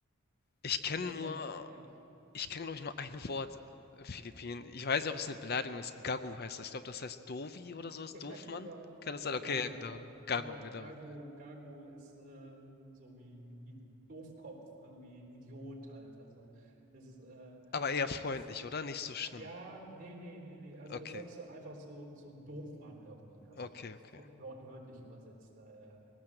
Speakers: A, on the left; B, on the right.
A: Ich kenne
B: weil ich
A: nur,
B: die auch, ja,
A: ich kenne, glaube ich, nur ein Wort, äh, Philippinen. Ich weiß nicht, ob es eine Beleidigung ist. Gagu heißt das. Ich glaube, das heißt Dovi
B: <laughs>
A: oder sowas.
B: ja,
A: Doofmann?
B: genau,
A: Kann das sein? Okay,
B: Gago.
A: ja, genau. Gago,
B: Genau,
A: genau.
B: Gago, Gago ist äh, so wie, wie Doofkopf, irgendwie Idiot halt. Also, das ist, äh,
A: Aber eher freundlich,
B: ist
A: oder? Nicht so schlimm.
B: Ja, nee, nee, nee, nee. Also
A: Okay,
B: das sagst du einfach so, so Doofmann irgendwie. Also
A: okay, okay.
B: wo- wortwörtlich übersetzt. Daher.